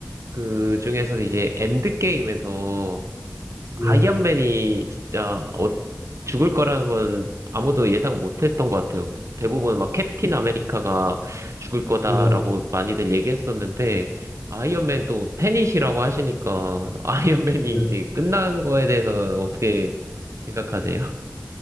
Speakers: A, on the right (about 75°); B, on the left (about 40°).
A: 그 중에서도 이제 엔드게임에서
B: 네,
A: 아이언맨이 진짜 어- 죽을 거라는 건 아무도 예상 못 했던 것 같아요. 대부분 막 캡틴 아메리카가 죽을 거다라고
B: 네,
A: 많이들 얘기했었는데, 아이언맨 또 팬이시라고 하시니까, <laughs> 아이언맨이
B: 네.
A: 이제 끝난 거에 대해서 어떻게 생각하세요?